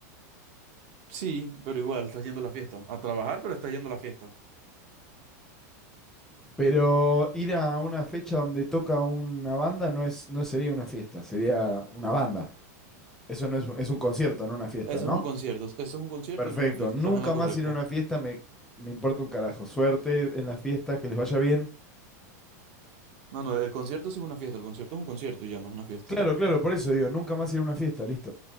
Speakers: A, on the right; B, in the centre.
A: Sí, pero igual, estás yendo a la fiesta. A trabajar, pero estás yendo a la fiesta.
B: Pero ir a una fecha donde toca una banda no es, no sería una fiesta, sería una banda. Eso no es, es un concierto, no una fiesta,
A: Eso
B: ¿no?
A: es un concierto. Eso es un concierto
B: Perfecto.
A: y no una fiesta.
B: Nunca
A: Estás en lo correcto.
B: más ir a una fiesta me, me importa un carajo. Suerte en las fiestas, que les vaya bien.
A: No, no, el concierto sí es una fiesta. El concierto es un concierto y ya no es una fiesta.
B: Claro, claro, por eso digo, nunca más ir a una fiesta, listo.